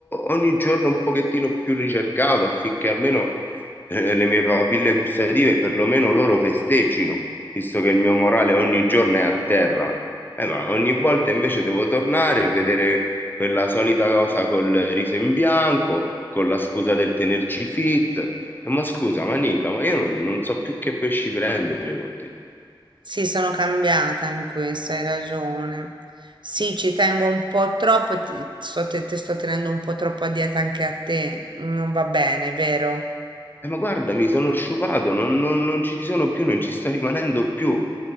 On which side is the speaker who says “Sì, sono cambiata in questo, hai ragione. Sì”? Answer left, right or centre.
Right